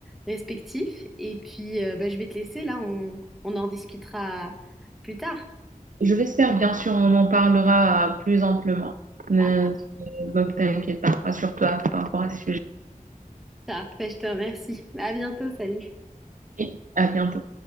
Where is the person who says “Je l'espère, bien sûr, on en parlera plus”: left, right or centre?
Right